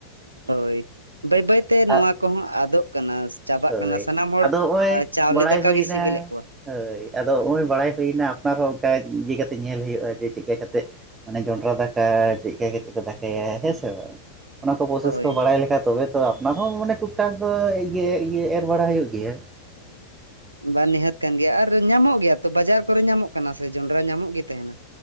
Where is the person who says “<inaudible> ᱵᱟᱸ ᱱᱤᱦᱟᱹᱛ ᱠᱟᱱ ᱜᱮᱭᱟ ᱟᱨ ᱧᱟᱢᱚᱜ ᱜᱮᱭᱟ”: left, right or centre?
Right